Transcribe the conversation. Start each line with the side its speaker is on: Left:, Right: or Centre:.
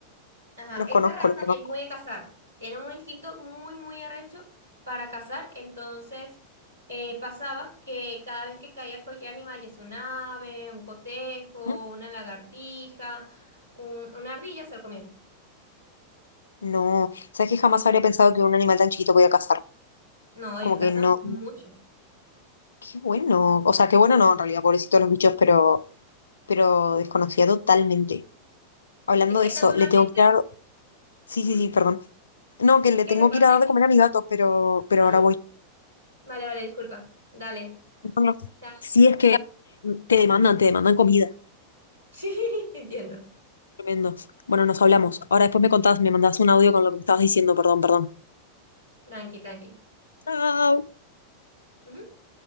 Right: Ajá,
Left: los
Right: esa
Left: conozco,
Right: raza
Left: los conozco.
Right: es muy de cazar. Tienen un instinto muy, muy arrecho para cazar. Entonces, eh, pasaba que cada vez que caía cualquier animal, ya sea un ave, un cotejo,
Left: ¿Mm?
Right: una lagartija, un- una ardilla, se lo comían.
Left: No, sabes que jamás habría pensado que un animal tan chiquito podía cazar.
Right: No, ellos
Left: Como
Right: cazan
Left: que no,
Right: mucho.
Left: no, qué bueno. O sea, qué bueno no, en realidad, pobrecitos los bichos, pero, pero desconocía totalmente. Hablando
Right: Es que
Left: de eso,
Right: naturalmente...
Left: le tengo que dar... Sí,
Right: ujú.
Left: sí, sí, perdón. No, que le
Right: Es que
Left: tengo
Right: recuerde.
Left: que ir a dar de comer a mis gatos, pero, pero
Right: Ay,
Left: ahora voy.
Right: vale, vale, disculpa. Dale.
Left: Bueno,
Right: ya.
Left: Sí,
Right: <laughs>
Left: es que te demandan, te demandan comida.
Right: Sí, entiendo.
Left: Tremendo. Bueno, nos hablamos. Ahora después me contás, me mandás un audio con lo que me estabas diciendo, perdón, perdón.
Right: Tranqui, tranqui.
Left: Chao.
Right: Ujú.